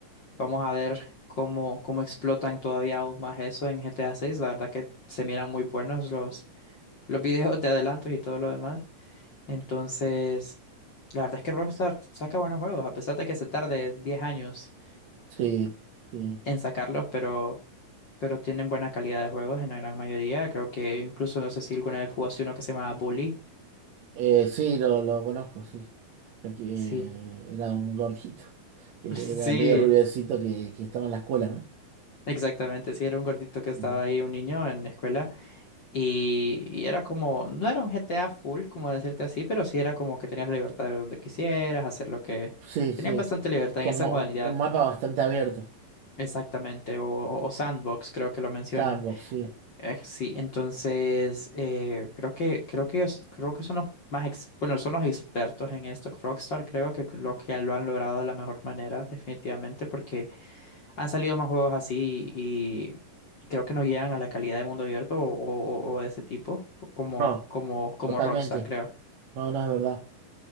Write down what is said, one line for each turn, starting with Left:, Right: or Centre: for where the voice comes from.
Left: vamos a ver cómo, cómo explotan todavía aún más eso en G T A seis La verdad que se miran muy buenos los, los videos de adelantos y todo lo demás. Entonces, la verdad es que Rockstar saca buenos juegos, a pesar de que se tarde 10 años
Right: Sí, sí.
Left: en sacarlos, pero, pero tienen buena calidad de juegos en la gran mayoría. Creo que incluso no sé si alguna vez jugaste uno que se llamaba Bully.
Right: Eh, sí, lo, lo conozco, sí. El que eh,
Left: Sí,
Right: era un gordito, que
Left: <laughs> sí,
Right: era medio rubiecito que, que estaba en la escuela, ¿no?
Left: exactamente. Sí, era un gordito
Right: Sí,
Left: que estaba ahí, un niño en la escuela. Y, y era como, no era un GTA full, como decirte así, pero sí era como que tenías la libertad de donde quisieras, hacer lo que...
Right: sí, sí.
Left: Tenías bastante libertad
Right: Como
Left: en esa modalidad.
Right: un, un mapa bastante abierto.
Left: Exactamente, o o sandbox creo que lo mencionan.
Right: Sandbox, sí.
Left: Eh, sí, entonces eh, creo que creo que ellos creo que son los más ex- bueno son los expertos en esto. Rockstar creo que lo que lo han logrado de la mejor manera definitivamente porque han salido más juegos así y, y creo que no llegan a la calidad de mundo abierto o, o- o de ese tipo como
Right: No,
Left: como como
Right: totalmente.
Left: Rockstar creo.
Right: No, no es verdad.